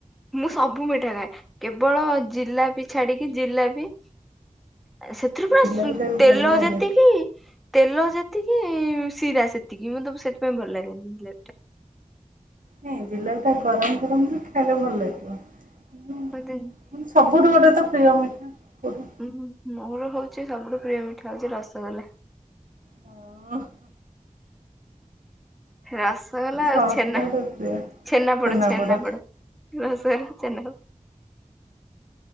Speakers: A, in the centre; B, on the right.
A: ମୁଁ ସବୁ ମିଠା ଖାଏ କେବଳ ଜିଲାପି ଛାଡିକି ଜିଲାପି <inaudible> ସେଥିରୁ ପୁରା
B: ଜିଲାପିଟା ବି
A: ତେଲ
B: ଭଲ ଲାଗେ
A: ଯେତିକି ତେଲ ଯେ ସେତିକି ଶିରା ସେତିକି ମୁଁବ ସେ ସେଇଥିପାଇଁ ଭଲ ଲାଗେନି ଜିଲାପିଟା।
B: ନାଇଁ ଜିଲ ଟା ଗରମ ଗରମ ଖାଇଲେ। ଭଲ ଲ କ <inaudible> ହୁଁ
A: ମତେ
B: ସବୁଠୁ ଗୋଟେ ତ ପ୍ରିୟ ମିଠା କୋଉଟା
A: ହୁଁ ମୋର ହଉଛି। ସବୁଠୁ ପ୍ରିୟ ମିଠର ହଉଛି ରସଗୋଲେ
B: ଓ
A: ରସଗୋଲା ଆଉ
B: ସମସ୍ତଙ୍କର
A: ଛେନା
B: ପ୍ରିୟ
A: ଛେନା ପୋଡ
B: ଛେନାପୋଡ଼
A: ଛେନା ପୋଡ ରସଗୋଲା ଚା